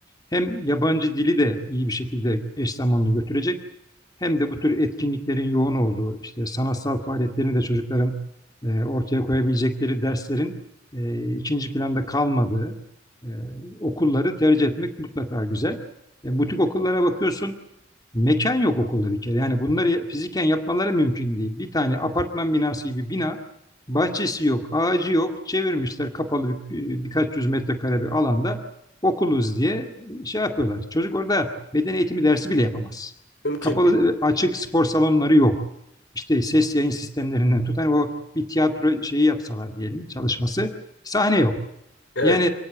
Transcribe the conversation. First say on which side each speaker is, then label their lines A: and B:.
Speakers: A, on the left; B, on the left.
A: Hem yabancı dili de iyi bir şekilde eş zamanlı götürecek. Hem de bu tür etkinliklerin yoğun olduğu, işte sanatsal faaliyetlerini de çocukların e, ortaya koyabilecekleri derslerin e, ikinci planda kalmadığı, e, okulları tercih etmek mutlaka güzel. E, butik okullara bakıyorsun, mekan yok okulda bir kere. Yani bunları fiziken yapmaları mümkün değil. Bir tane apartman binası gibi bina, bahçesi yok, ağacı yok. Çevirmişler kapalı bir, e, birkaç yüz metrekare bir alanda okuluz diye şey yapıyorlar. Çocuk orada beden eğitimi dersi bile yapamaz.
B: Mümkün
A: Kapalı,
B: değil.
A: e, açık spor salonları yok. İşte ses yayın sistemlerinden tut. Hani o bir tiyatro şeyi yapsalar diyelim çalışması. Sahne yok.
B: Evet,
A: Yani